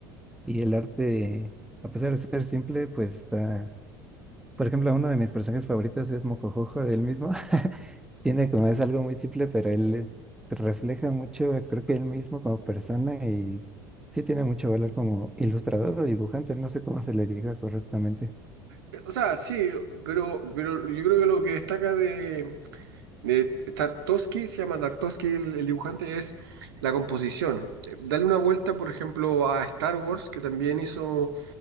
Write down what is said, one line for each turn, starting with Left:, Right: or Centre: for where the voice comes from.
Centre: y el arte, a pesar de ser simple, pues está Por ejemplo, uno de mis personajes favoritos es Mocojojo, él mismo. <laughs> Tiene como es algo muy simple, pero él eh, refleja mucho, creo que él mismo como persona y sí tiene mucho valor como ilustrador o dibujante, no sé cómo se le diga correctamente.
Right: Eh, O sea, sí, pero, pero yo creo que lo que destaca de, Eh, Tarkovsky, se llama Tarkovsky el, el dibujante, es la composición. Eh, Dale una vuelta, por ejemplo, a Star Wars, que también hizo